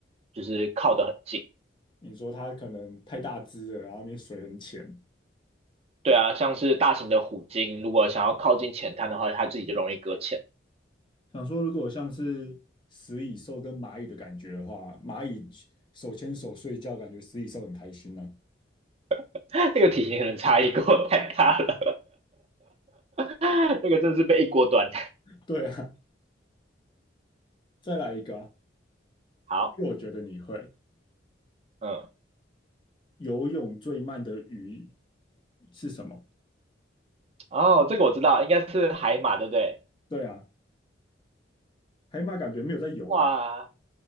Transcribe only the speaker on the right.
就是靠得很近。
对啊，像是大型的虎鲸，如果想要靠近浅滩的话，它自己就容易搁浅。
<laughs> 那个体型可能差异跟我太大了，<laughs> 那个真的是被一锅端。
<laughs> 好，
嗯，
哦，这个我知道，应该是海马，对不对？
哇，